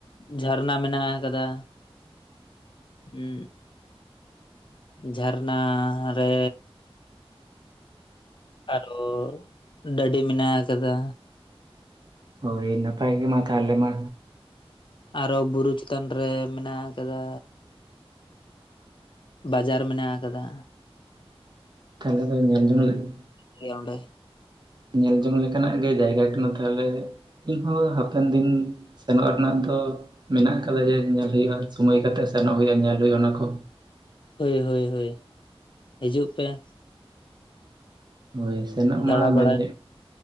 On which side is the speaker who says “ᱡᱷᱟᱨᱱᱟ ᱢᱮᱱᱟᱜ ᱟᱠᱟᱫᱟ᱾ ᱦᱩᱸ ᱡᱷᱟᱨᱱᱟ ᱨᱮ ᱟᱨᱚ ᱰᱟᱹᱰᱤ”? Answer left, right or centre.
Left